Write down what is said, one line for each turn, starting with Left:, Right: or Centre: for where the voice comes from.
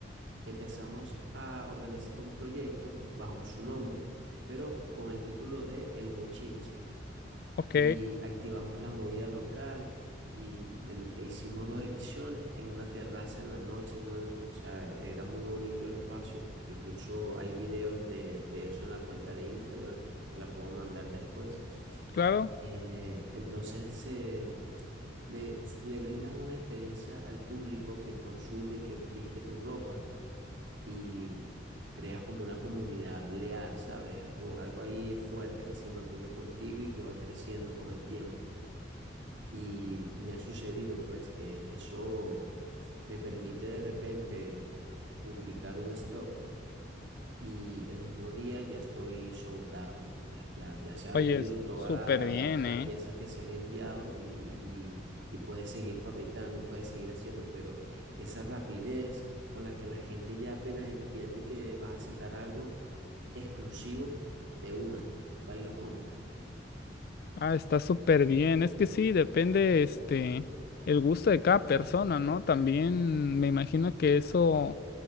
Right: empezamos a organizar un proyecto bajo su nombre, pero con el título de El Bochinche
Left: ok,
Right: y activamos la movida local y em, e hicimos dos ediciones en una terraza en la noche, man. O sea, era muy bonito el espacio. Incluso hay videos de, de eso en la cuenta de Instagram, te la puedo mandar después.
Left: claro.
Right: Eh, entonces, se le, le brindas una experiencia al público que consume, que viste tu ropa y creas como una comunidad leal, ¿sabes? Algo, algo ahí fuerte que se mantiene contigo y que va creciendo con el tiempo. Y me ha sucedido pues que eso me permite de repente publicar un stock y el mismo día ya estoy sold out, ya, ya, ya se ha
Left: Oye,
Right: vendido
Left: es
Right: todas
Left: súper
Right: la- la-
Left: bien,
Right: la- las
Left: ¿eh?
Right: piezas que se han enviado y, y, y puedes seguir fabricando y puedes seguir haciendo, pero esa rapidez con la que la gente ya apenas entiende que vas a sacar algo exclusivo de una, va y lo compra.
Left: Ah, está súper bien. Es que sí, depende, este, el gusto de cada persona, ¿no? También me imagino que eso,